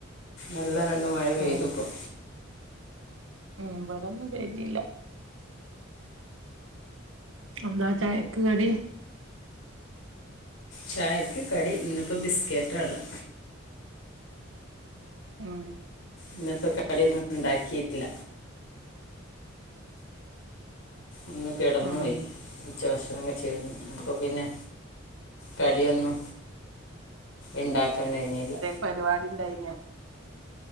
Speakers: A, on the left; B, on the right.
A: നല്ല രണ്ട് മഴ പെയ്ത്പ്പം
B: ആഹ് ഉം ഇവടൊന്നും പെയ്തീല്ല എന്താ ചായക്ക് കടി?
A: ചായക്ക് കടി ഇന്ന് പ്പം ബിസ്ക്കേറ്റാള്ളെ.
B: ഉം
A: ഇന്ന് പ്പ കടിയൊ ന്നും ഇണ്ടാക്കീല്ല. ഒന്ന് കിടന്നോയി.
B: ഉം
A: ഉച്ചഭക്ഷണം കഴിച്ചു കെട്ന്നു. അപ്പൊ പിന്നെ കടിയൊന്നും ഇണ്ടാക്കാൻ കഴിഞ്ഞീല്ല.
B: പരിപാടിണ്ടായിന്യൊ?